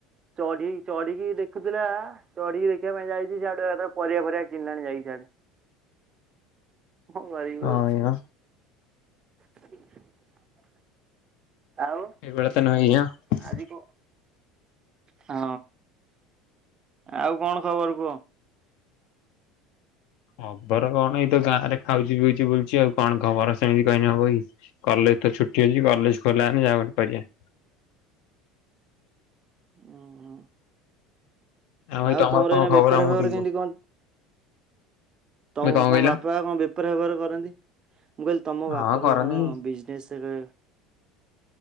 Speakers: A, on the right; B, on the left.
A: ଚଢି ଚଢିକି ଦେଖୁଥିଲା। ଚଢିକି ଦେଖିବା ପାଇଁ ଯାଇଚି ସିଆଡେ ପରିବା ଫରିବା କିଣିଲାଣି ଯାଇକି ସିଆଡେ। କଣ କରିବୁ
B: ହଁ
A: ଆଉ। <inaudible>
B: ଏଇଆ
A: <inaudible> ଆଉ
B: ଏବେ <unintelligible>
A: ଆଜି କ ହଁ ଆଉ କଣ ଖବର କୁହ?
B: ଖବର କଣ ଏଇ ତ ଗାଁ ରେ ଖାଉଛି ପିଉଛି ବୁଲୁଚି। ଆଉ କଣ ଖବର ସେମିତି କହିନେ ହବକି। କଲେଜ ତ ଛୁଟି ଅଉଛି କଲେଜ ଖୋଲା ହେଲେ ଯାହା ଗୋଟେ କରିବା। <inaudible>
A: ଉଁ ହୁଁ।
B: ଭାଇ
A: ଆଉ ତମର
B: କଣ
A: ଏଇନା
B: ଖବର
A: ବେପାର
B: ଆମକୁ
A: ଫେପାର
B: ଟିକେ
A: କେମତି
B: କୁହ।
A: କଣ ତମ
B: ଭାଇ କଣ
A: ତମ
B: କହିଲ?
A: ବାପା କଣ ବେପାର ଫେପାର କରନ୍ତି। ମୁଁ କହିଲି ତମ
B: ହଁ
A: ବାପା
B: କରନି।
A: ବା କଣ ବିଜନେସ ରେ